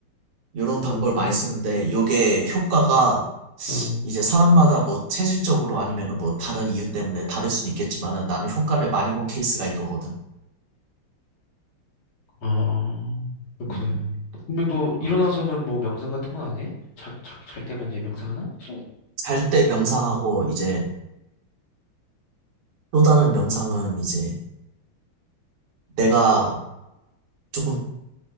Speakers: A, on the right; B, on the left.
A: 이런
B: 음,
A: 방법을 많이 쓰는데 요게 효과가
B: 음.
A: 이제 사람마다 뭐 체질적으로 아니면 뭐 다른 이유 때문에 다를 수는 있겠지만은 나는 효과를 많이 본 케이스가 이거거든.
B: 아, 그렇구나.
A: 음.
B: 근데 너
A: 어,
B: 일어나서는 뭐 명상 같은 건 안 해? 자, 자, 잘 때만 이제 명상하나? 응.
A: 잘 때 명상하고 이제
B: 음,
A: 또 다른 명상은 이제 내가 조금